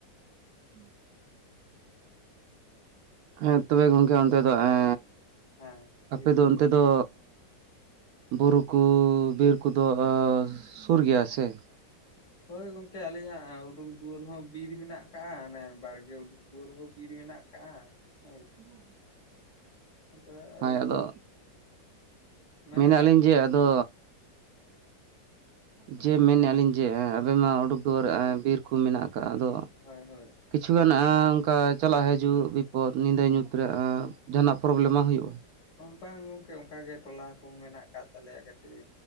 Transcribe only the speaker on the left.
ᱦᱮᱸ
ᱞᱟᱹᱭ ᱵᱤᱱ
ᱦᱳᱭ ᱜᱚᱝᱠᱮ ᱟᱹᱞᱤᱧᱟᱜ ᱩᱰᱩᱠ ᱫᱩᱣᱟᱹᱨ ᱦᱚᱸ ᱵᱤᱨ ᱢᱮᱱᱟᱜ ᱠᱟᱫ-ᱟ ᱚᱱᱮ ᱵᱟᱲᱜᱮ ᱩᱰᱩᱠ ᱵᱩᱨᱩ ᱵᱤᱨ ᱢᱮᱱᱟᱜ ᱟᱠᱟᱜᱼᱟ ᱦᱳᱭ
ᱟᱫᱚ ᱟᱞᱮ
ᱫᱚ
ᱢᱟᱱᱮ
ᱢᱮᱱ
ᱦᱳᱭ ᱦᱳᱭ
ᱵᱟᱝ ᱜᱚᱝᱠᱮ ᱚᱱᱠᱟ ᱜᱮ ᱴᱚᱞᱟ ᱠᱚᱦᱚᱸ ᱢᱮᱱᱟᱜ ᱟᱠᱟᱫ ᱛᱟᱞᱮᱭᱟ ᱠᱟᱹᱴᱤᱡ